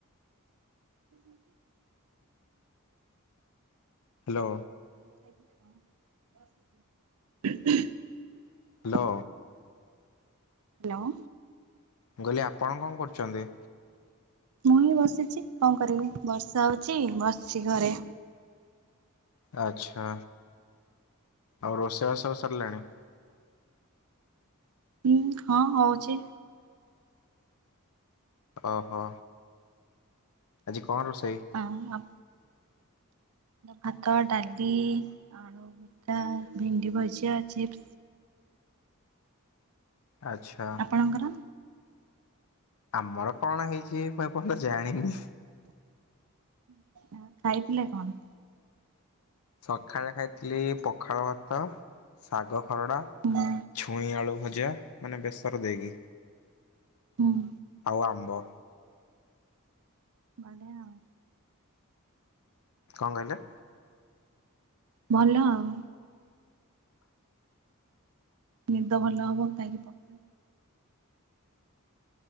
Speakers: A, on the right (about 70°); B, on the left (about 70°).
A: <inaudible>
B: ହାଲୋ।
A: <unintelligible>
B: ହାଲୋ।
A: ହ୍ୟାଲୋ।
B: ମୁଁ କହିଲି ଆପଣ କଣ କରୁଛନ୍ତି?
A: ମୁଁ ହିଁ ବସିଛି କଣ କରିବି ବର୍ଷା ହଉଛି ବସଚି ଘରେ।
B: ଆଛା ଆଉ ରୋଷେଇବାସ ସବୁ ସରିଲାଣି?
A: ଉଁ ହଁ ହଉଛି।
B: ଓହୋ। ଆଜି କଣ ରୋଷେଇ?
A: ଅ ହଁ। ଭାତ, ଡାଲି ଆଳୁ ଭତା, ଭେଣ୍ଡି ଭଜା, ଚିପ୍ସ୍।
B: ଆଛା।
A: ଆପଣଙ୍କର?
B: ଆମର କଣ ହେଇଛି ମୁଁ ଏପନ୍ତ ଜାଣିନି।
A: ଆ ଖାଇଥିଲେ କଣ?
B: ସକାଳେ ଖାଇଥିଲି ପଖାଳ ଭାତ। ଶାଗ ଖରଡ଼ା,
A: ହୁଁ
B: ଛୁଇଁ ଆଳୁ ଭଜା। ମାନେ ବେସର ଦେଇକି
A: ହୁଁ
B: ଆଉ ଆମ୍ବ।
A: ବଢ଼ିଆ ଉ।
B: କଁ କହିଲେ?
A: ଭଲ ଆଉ। ନିଦ ଭଲ ହବ ଖାଇକି ପ